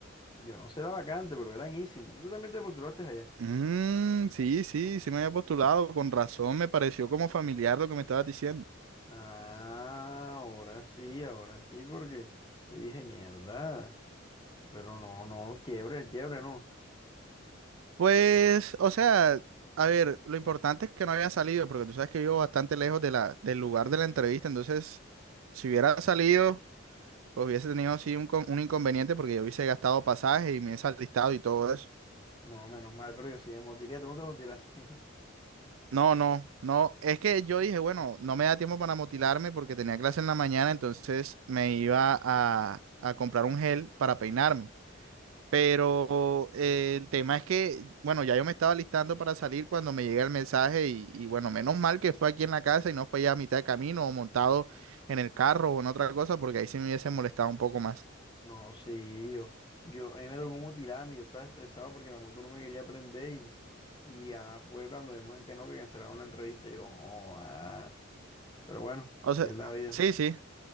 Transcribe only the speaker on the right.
Mm, sí, sí, sí me había postulado. Con razón, me pareció como familiar lo que me estabas diciendo.
Pues, o sea, a ver, lo importante es que no había salido, porque tú sabes que vivo bastante lejos de la, del lugar de la entrevista, entonces, si hubiera salido, pues hubiese tenido sí un, con- un inconveniente porque yo hubiese gastado pasaje y me he alistado y todo eso.
No, no, no. Es que yo dije, bueno, no me da tiempo para motilarme porque tenía clase en la mañana, entonces me iba a, a comprar un gel para peinarme. Pero eh, el tema es que, bueno, ya yo me estaba listando para salir cuando me llega el mensaje y, y bueno, menos mal que fue aquí en la casa y no fue ya a mitad de camino o montado en el carro o en otra cosa porque ahí sí me hubiese molestado un poco más.
O
sea,
sí, sí.